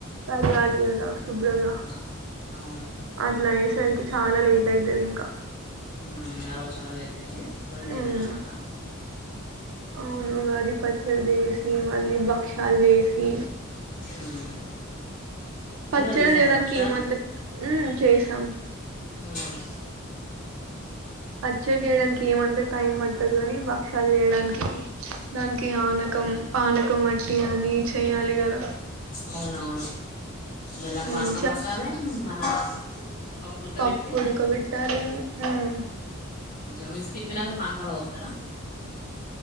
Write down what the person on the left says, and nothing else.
ఆ అవును
హ్మ్ ఆ రోజు చాలా లేట్ అయింది రొండైందన
మాట
ఉమ్ మీరు
కూడా చేసారా
భక్షాలు
ఉమ్
అవునవును బెల్లం
పానకం పట్టాలే మన పప్పు ఉడకబెట్టి
కొంచెం మిక్సీ తిప్పినాక పానకంలో పోస్తరా